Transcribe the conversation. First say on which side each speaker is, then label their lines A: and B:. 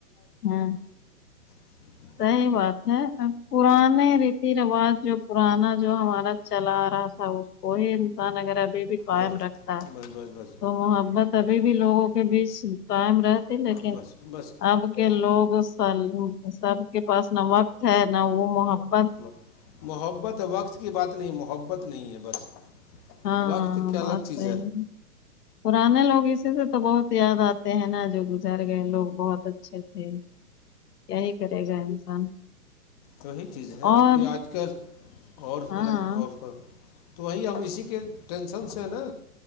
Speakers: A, on the left (about 85°); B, on the left (about 25°).
A: ہاں
B: ج
A: صحیح بات ہے پرانے ریتی رواج جو پرانا جو ہمارا چلا آ رہا تھا اس وہی انسان اگر بھی قائم
B: بس
A: رکھتا ہے
B: بس بس بس
A: تو محبت ابھی بھی لوگوں کے بیچ ائم رہتے لیکن
B: بس بس
A: اب کے لوگ سب کے پاس نہ وقت ہے نہ وہ محت
B: بس محبت ہے وقت کی بات نہیں محبت نہیں ہے بس
A: ہاں
B: وقت کیا
A: بات
B: الگ چیز
A: صحی ہے پرانے لوگ اسی سے تو بہت یاد آتے ہیں نا جو گزر گئے لوگ بہت بہت اچھے تھے کیا ہی کرے گا انسان
B: تو وہی چیز ہیں
A: اور
B: کہ آج کل اورن
A: ہاں
B: اور تو وہی ہم اسی کے ٹینشن سے ہیں نا